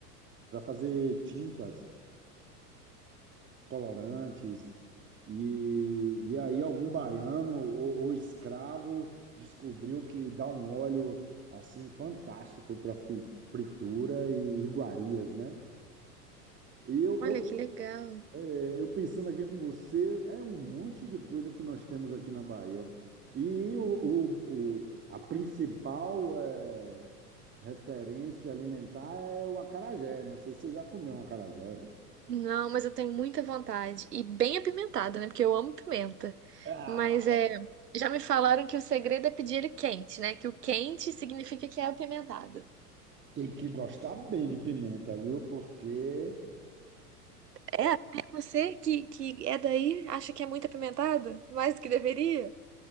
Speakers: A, on the right; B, on the right.
A: Para fazer tintas. colorantes, e, e aí algum baiano ou, ou escravo descobriu que dá um óleo assim fantástico para fritura e iguarias, né? E eu,
B: olha
A: eu,
B: que legal.
A: é, eu pensando aqui com você, é um monte de coisa que nós temos aqui na Bahia. E o, o, o- a principal é, referência alimentar é o acarajé. Não sei se você já comeu um acarajé.
B: Não, mas eu tenho muita vontade. E bem apimentado, né? Porque eu amo pimenta.
A: Ah,
B: Mas é, já me falaram que o segredo é pedir ele quente, né? Que o quente significa que é apimentado.
A: tem que gostar bem de pimenta, viu? Porque
B: É, até você que, que é daí acha que é muito apimentado? Mais do que deveria?